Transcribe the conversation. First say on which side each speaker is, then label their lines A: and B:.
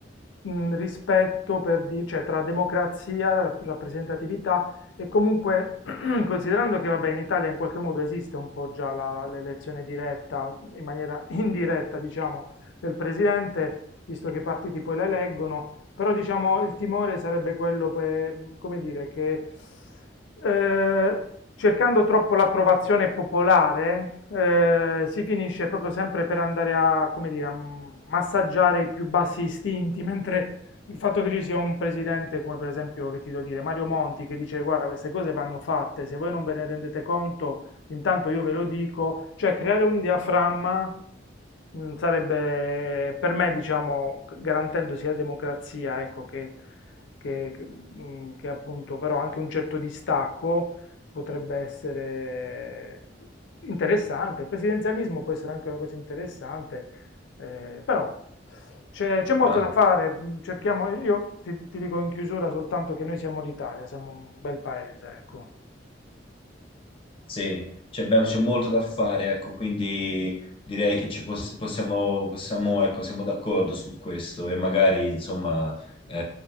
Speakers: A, on the left; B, on the left.
A: mh, rispetto per di- cioè, tra democrazia, rappresentatività e comunque, <clears throat> considerando che, vabbè, in Italia in qualche modo esiste un po' già la- l'elezione diretta, in maniera <laughs> indiretta, diciamo, del presidente visto che i partiti poi le eleggono, però diciamo il timore sarebbe quello, per, come dire, che eh, cercando troppo l'approvazione popolare eh, si finisce proprio sempre per andare a, come dire, a massaggiare i più bassi istinti, <laughs> mentre il fatto che ci sia un presidente come per esempio, che ti devo dire, Mario Monti, che dice guarda queste cose vanno fatte, se voi non ve ne rendete conto Intanto io ve lo dico, cioè creare un diaframma mh, sarebbe per me, diciamo, garantendo sia democrazia, ecco, che, che- che, mh, che appunto però anche un certo distacco potrebbe essere interessante. Il presidenzialismo può essere anche una cosa interessante, eh, però c'è c'è molto
B: la,
A: da fare. mh, Cerchiamo, io ti, ti dico in chiusura soltanto che noi siamo l'Italia, siamo un bel paese, ecco.
B: Sì, cioè abbiamo- c'è molto da fare, ecco, quindi direi che ci poss- possiamo, possiamo, ecco, siamo d'accordo su questo e magari,
A: Sì.
B: insomma, eh,